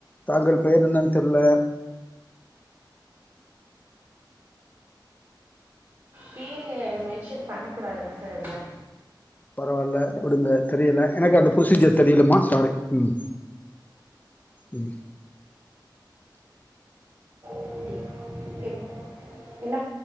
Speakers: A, on the left; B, on the right.
A: தாங்கள் பேர் என்னன் தெர்ல
B: பேரு மென்ஷன் பண்ண கூடாதுல்ல சார் இதுல
A: பரவால்ல விடுங்க தெரியல எனக்கு அந்த புரொசீஜர் தெரியலம்மா சாரி உம் உம்
B: எப்படி எப் என்ன